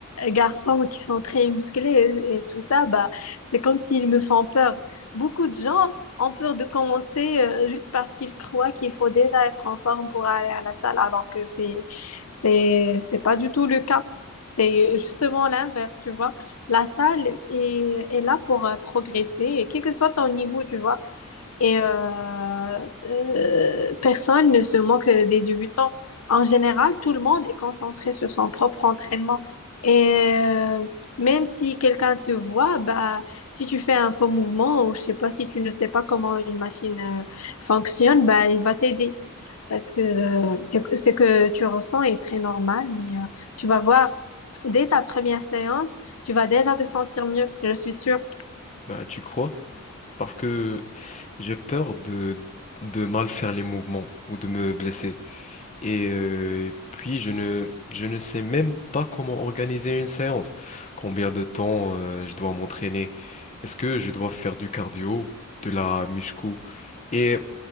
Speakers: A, on the left; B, on the left.
A: garçons qui sont très musclés et, et tout ça, bah, c'est comme s'ils me font peur. Beaucoup de gens ont peur de commencer euh, juste parce qu'ils croient qu'il faut déjà être en forme pour aller à la salle, alors que c'est, c'est, c'est pas du tout le cas. C'est justement l'inverse, tu vois. La salle est, est là pour euh, progresser, et quel que soit ton niveau, tu vois et euh, euh, personne ne se moque des débutants. En général, tout le monde est concentré sur son propre entraînement. Et euh, même si quelqu'un te voit, bah, si tu fais un faux mouvement ou je sais pas, si tu ne sais pas comment une machine euh, fonctionne, bah, il va t'aider. Parce que euh, c'est que- ce que tu ressens est très normal, mais euh, tu vas voir, dès ta première séance, tu vas déjà te sentir mieux, je suis sûre.
B: Ben, tu crois? Parce que j'ai peur de, de mal faire les mouvements ou de me blesser. Et euh, puis, je ne, je ne sais même pas comment organiser une séance. Combien de temps euh, je dois m'entraîner? Est-ce que je dois faire du cardio, de la muscu? Et